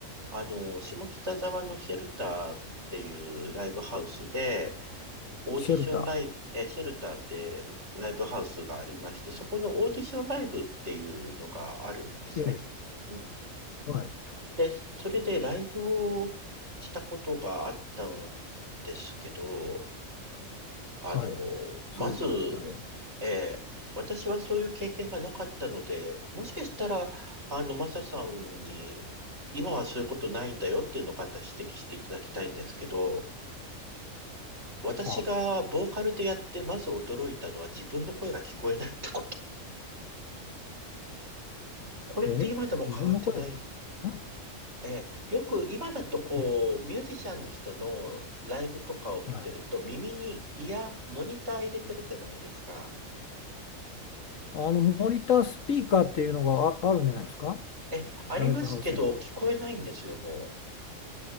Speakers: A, on the right; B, on the left.
A: あの、下北沢のシェルターっていうライブハウスで、オーディションライブ、
B: シェルタ
A: え、シェルターってライブハウスがありまして、そこのオーディションライブっていうのがあるんですね。
B: ー、ええ、
A: うん。
B: はい、
A: で、それでライブをしたことがあったんですけど、あの、
B: はい、すごいじゃないですか、
A: まず、
B: ええ、
A: ええ、私はそういう経験がなかったので、もしかしたら、あの、マサさんに、今はそういうことないんだよっていうのを方指摘していただきたいんですけど、私がボーカルでやって、
B: はあ、
A: まず驚いたのは自分の声が聞こえないってこと。これって今でも変わってない。
B: ええ、自分の声が聞こえない、
A: ええ、よく今だとこう、
B: ええ、
A: ミュージシャンの人のライブとかを見てると、
B: はい、
A: 耳にイヤ、モニター入れてるじゃないですか。
B: あのモニタースピーカーっていうのがあ、あるんじゃないですか、
A: え、ありますけど、
B: ライブハウスには。
A: 聞こえないんですよ、もう。